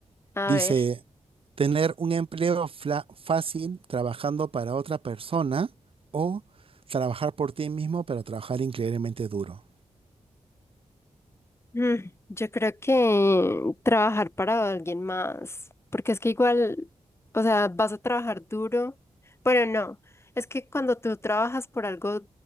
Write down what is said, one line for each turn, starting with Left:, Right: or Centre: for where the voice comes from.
Left: a
Right: Dice,
Left: ver.
Right: tener un empleo fla- fácil trabajando para otra persona o trabajar por ti mismo, pero trabajar increíblemente duro.
Left: Mm, Yo creo que trabajar para alguien más, porque es que igual, o sea, vas a trabajar duro, Bueno, no, es que cuando tú trabajas por algo